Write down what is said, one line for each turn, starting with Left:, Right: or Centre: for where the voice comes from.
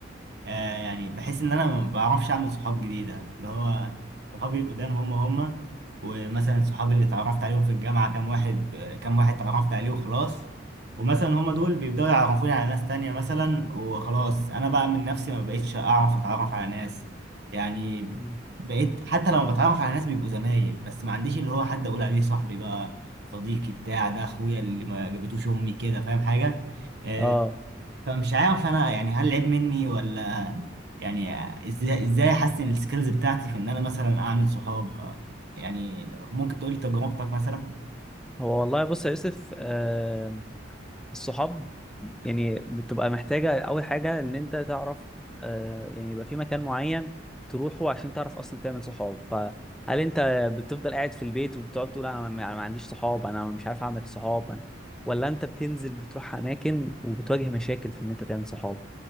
Right: آه يعني بحس ان انا ما بعرفش اعمل صحاب جديده اللي هو صحابي القدام هم هم ومثلا صحابي اللي اتعرفت عليهم في الجامعه كام واحد آه، كام واحد اتعرفت عليه وخلاص ومثلا هم دول بيبداوا يعرفوني على ناس تانية مثلا وخلاص انا بقى من نفسي ما بقيتش اعرف اتعرف على ناس يعني
Centre: مم.
Right: بقيت حتى لما بتعرف على ناس بيبقوا زمايل بس ما عنديش اللي هو حد اقول عليه صاحبي بقى صديقي بتاع ده اخويا اللي ما جابتوش امي كده فاهم حاجه آه،
Centre: اه
Right: فمش عارف انا يعني هل عيب مني ولا يعني ازاي ازاي احسن السكيلز بتاعتي في ان انا مثلا اعمل صحاب آه، يعني ممكن تقولي تجربتك مثلا
Centre: هو والله بص يا يوسف آه الصحاب يعني بتبقى محتاجة اول حاجة ان انت تعرف آه يعني يبقى في مكان معين تروحه عشان تعرف اصلا تعمل صحاب فهل انت بتفضل قاعد في البيت وبتقعد تقول انا ما أنا ما عنديش صحاب انا مش عارف اعمل صحاب أنا... ولا انت بتنزل بتروح اماكن وبتواجه مشاكل في ان انت تعمل صحاب